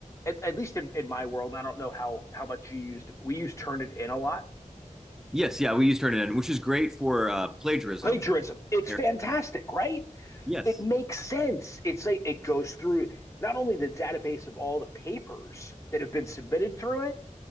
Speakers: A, on the left (about 20°); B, in the centre.
A: at, at least in, in my world, and I don't know how how much you used it, but we use Turnitin a lot.
B: Yes, yeah, we use Turnitin, which is great for uh, plagiarism.
A: Plagiarism. It's
B: Here.
A: fantastic, right?
B: Yes.
A: It makes sense. It's like it goes through not only the database of all the papers that have been submitted through it,